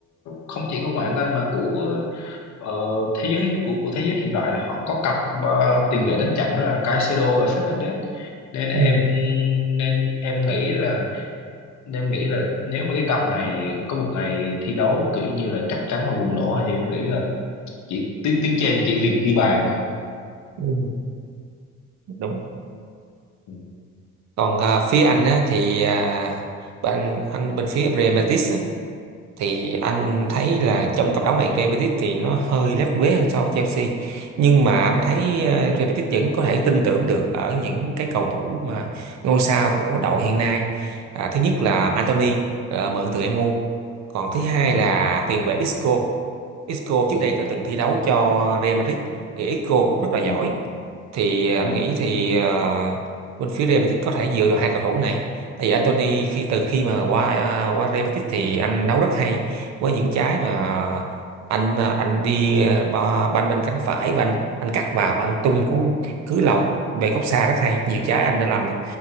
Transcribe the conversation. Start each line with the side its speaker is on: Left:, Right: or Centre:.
Left: không chỉ của ngoại hạng Anh mà của ờ, thế giới của của thế giới hiện đại. Họ có cặp ờ, tiền vệ đánh chặn đó là Caicedo và Fernandes. Nên em
Right: ừ,
Left: nên em nghĩ là nên em nghĩ là nếu mà cái cặp này có một ngày thi đấu kiểu như là chắc chắn và bùng nổ thì em nghĩ là chỉ tiếng tiếng trên chỉ việc ghi bàn thôi.
Right: ừ,
Left: Ừ.
Right: đúng
Left: Ừ.
Right: còn ờ, phía anh á thì ờ, bên anh bên phía Real Betis thì anh thấy là trong cặp đấu này Real Betis thì nó hơi lép vế hơn so với Chelsea nhưng mà anh thấy ờ, Real Betis vẫn có thể tin tưởng được ở những cái cầu thủ mà ngôi sao của đội hiện nay à, thứ nhất
Left: Ừ.
Right: là Anthony ờ, mượn từ MU còn thứ hai
Left: Ừ.
Right: là tiền vệ Isco Isco trước
Left: Dạ,
Right: đây đã từng thi đấu cho Real Madrid thì Isco cũng rất là giỏi
Left: ừ,
Right: thì anh
Left: dạ,
Right: nghĩ thì ờ, bên phía Real Betis có thể dựa vào hai cầu thủ này tại vì Anthony khi từ khi mà qua à, qua Real Betis thì anh nấu rất hay với những trái mà anh à, anh đi à, ba- banh bên cánh phải và anh anh cắt vào anh tung cú cứ lòng về góc xa rất hay nhiều trái anh đã làm được